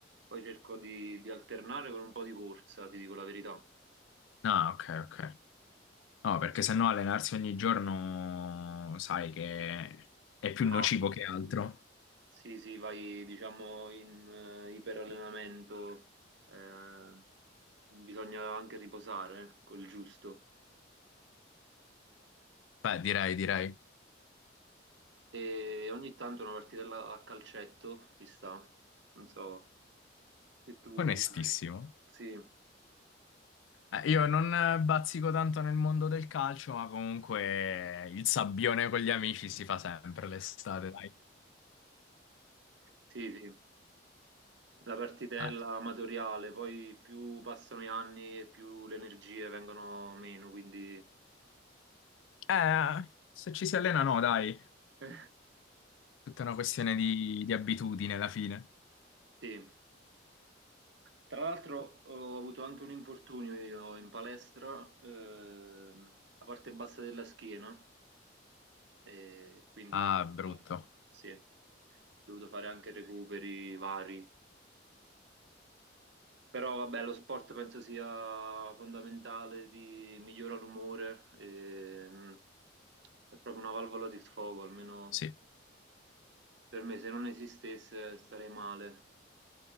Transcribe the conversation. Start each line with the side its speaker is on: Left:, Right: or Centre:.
Right: poi cerco di, di alternare con un po' di corsa, ti dico la verità.
Left: Ah, ok, ok. No, perché
Right: Sì.
Left: sennò allenarsi ogni giorno sai che è più
Right: No,
Left: nocivo che altro.
Right: sì, sì, vai diciamo in eh, iperallenamento, eh, bisogna anche riposare, quel giusto.
Left: Beh, direi, direi.
Right: E ogni tanto una partitella a calcetto ci sta. Non so se tu...
Left: Onestissimo.
Right: Sì,
Left: Eh, Io non eh, bazzico tanto nel mondo del calcio, ma comunque il sabbione con gli amici si fa sempre l'estate, dai.
Right: sì, sì. La partitella
Left: Ah.
Right: amatoriale, poi più passano gli anni e più le energie vengono meno, quindi... <laughs>
Left: Eh, se ci si allena, no, dai.
Right: Eh,
Left: Tutta una questione di, di abitudine alla fine.
Right: Sì. Tra l'altro ho avuto anche un infortunio io in palestra, ehm, la parte bassa della schiena, e quindi...
Left: Ah,
Right: eh,
Left: brutto.
Right: Sì, ho dovuto fare anche recuperi vari. Però vabbè, lo sport penso sia fondamentale, ti migliora l'umore, e, mm, è proprio una valvola di sfogo, almeno
Left: Sì,
Right: per me, se non esistesse starei male.